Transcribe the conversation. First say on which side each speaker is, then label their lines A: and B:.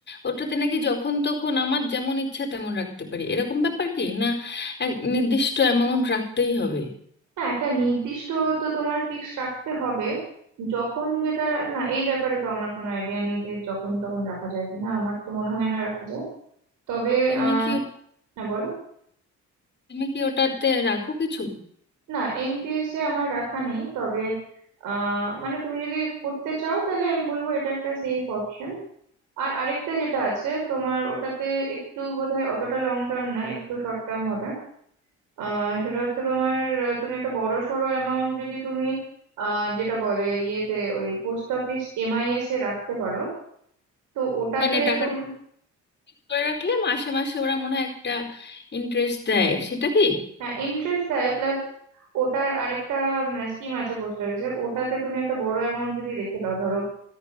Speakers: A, on the left; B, on the right.
A: ওটাতে নাকি যখন তখন আমার যেমন ইচ্ছা তেমন রাখতে পারি এরকম ব্যাপার কি না এক নির্দিষ্ট অ্যামাউন্ট রাখতেই হবে
B: না একটা নির্দিষ্ট তো তোমার ফিক্স রাখতে হবে যখন যেটা রা- না এই ব্যাপারে তো আমার কোনো আইডিয়া নেই যে যখন তখন রাখা যায় কিনা আমার তো মনে হয় না রাখা যায় তবে
A: তুমি
B: আহ
A: কি
B: হ্যাঁ বলো
A: তুমি কি ওটাতে রাখো কিছু
B: না এনপিএস এ আমার রাখা নেই তবে আহ মানে তুমি যদি করতে চাও তাহলে আমি বলবো এটা একটা সেফ অপশন আর আরেকটা যেটা আছে তোমার ওটাতে একটু বোধহয় অতটা লং টার্ম না একটু শর্ট টার্ম হবে আহ সেটা হচ্ছে তোমার আহ, তুমি একটা বড় সড়ো অ্যামাউন্ট যদি তুমি আহ যেটা বলে ইয়েতে ওই পোস্ট অফিস এমআইএস এ রাখতে পারো তো ওটাতে
A: মানে টাকাটা
B: তুমি
A: করে রাখলে মাসে মাসে ওরা মনে হয় একটা ইন্টারেস্ট দেয় সেটা কি
B: হ্যাঁ ইন্টারেস্ট দেয় প্লাস ওটার আরেকটা স্কিম আছে পোস্ট অফিসের ওটাতে তুমি একটা বড় অ্যামাউন্ট যদি রেখে দাও ধরো